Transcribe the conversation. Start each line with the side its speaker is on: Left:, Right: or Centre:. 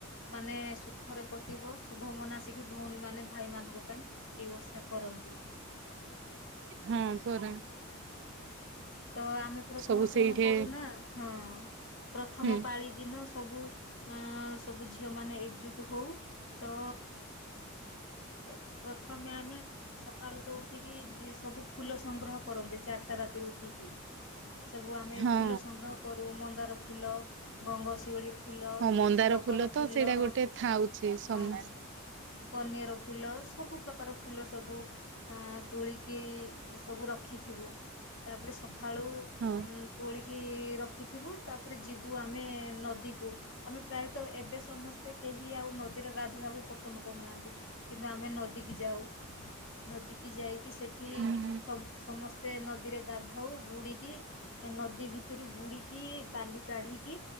Left: ମ ମାନେ ସୁଖରେ କଟିବ ଶୁଭ ମନା ଆସିକି, ଭଉଣୀମାନେ ଭାଇମାନଙ୍କ ପାଇଁ ଏହି ଓଷା କରନ୍ତି।
Right: ହଁ ପରା।
Left: ତ ଆମେ ପ୍ରଥମେ
Right: ସବୁ
Left: କଣ
Right: ସେଇଠି
Left: କରୁନା, ହଁ ପ୍ରଥମ
Right: ହୁଁ
Left: ପାଳି ଦିନ ସବୁ ସବୁ ଝିଅମାନେ ଏକଜୁଟ ହଉ ତ ସ ପ୍ରଥମେ ଆମେ ସକାଳୁ ତ ଉଠିକି ସବୁ ଫୁଲ ସଂଗ୍ରହ କରନ୍ତି, ଚାରିଟା ରାତିରୁ ଉଠିକି ସବୁ ଆମେ
Right: ହଁ।
Left: ଫୁଲ ସଂଗ୍ରହ କରୁ ମନ୍ଦାର ଫୁଲ, ଗଙ୍ଗଶିଉଳି ଫୁଲ,
Right: ହଁ ମନ୍ଦାର
Left: ଟଗର
Right: ତ
Left: ଫୁଲ,
Right: ସେଇଟା ଗୋଟେ ଥାଉଛି ସମ
Left: ହଁ କନିଆର ଫୁଲ, ସବୁ ପ୍ରକାର ଫୁଲ ସବୁ ଆ ତୋଳିକି ସବୁ ରଖିଥିବୁ। ତାପରେ ସକାଳୁ
Right: ହଁ
Left: ତୋଳିକି କି, ରଖିଥିବୁ। ତା ପରେ ଯିବୁ ଆମେ ନଦୀକୁ। ଆମେ ପ୍ରାୟ ତ ଏବେ ସମସ୍ତେ କେ କେହି ଆଉ ନଦୀରେ, ଗାଧୋଇବାକୁ ପସନ୍ଦ କରୁନାହାନ୍ତି। କିନ୍ତୁ ଆମେ ନଦୀକୁି ଯାଉ। ନଦୀ କିି ଯାଇକି ସେଠି
Right: ହୁଁ।
Left: ସବୁ-ସମସ୍ତେ ନଦୀରେ ଗାଧାାଉ ବୁଡିକି, ନଦୀ ଭିତରୁ ବୁଡିକି, ବାଲି କାଢିକି